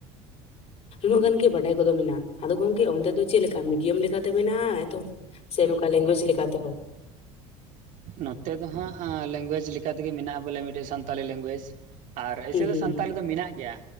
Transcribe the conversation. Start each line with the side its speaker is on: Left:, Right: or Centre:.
Left: ᱩᱱᱟᱹᱜ ᱜᱟᱱ ᱜᱮ ᱵᱟᱰᱟᱭ ᱠᱚᱫᱚ ᱢᱮᱱᱟᱜᱼᱟ ᱾ ᱟᱫᱚ ᱜᱚᱝᱠᱮ ᱚᱱᱰᱮ ᱫᱚ ᱪᱮᱫ ᱞᱮᱠᱟ ᱢᱤᱰᱤᱭᱟᱢ ᱞᱮᱠᱟᱛᱮ ᱢᱮᱱᱟᱜᱼᱟ? ᱮᱛᱚ ᱥᱮ ᱱᱚᱝᱠᱟ ᱞᱮᱝᱜᱩᱭᱮᱡᱽ ᱞᱮᱠᱟ ᱛᱮᱦᱚᱸ?
Right: ᱱᱚᱛᱮ ᱫᱚ ᱦᱟᱸᱜ ᱞᱮᱝᱜᱩᱭᱮᱡᱽ ᱞᱮᱠᱟ ᱛᱮᱜᱮ ᱢᱮᱱᱟᱜᱼᱟ ᱵᱚᱞᱮ ᱢᱤᱫᱴᱮᱡ ᱥᱟᱱᱛᱟᱞᱤ ᱞᱮᱝᱜᱩᱭᱮᱡᱽ ᱾ ᱟᱨ ᱮᱭᱥᱮ
Left: ᱦᱩᱸ
Right: ᱫᱚ
Left: ᱦᱩᱸ
Right: ᱥᱟᱱᱛᱟᱞᱤ
Left: ᱦᱩᱸ
Right: ᱫᱚ ᱢᱮᱱᱟᱜ ᱜᱮᱭᱟ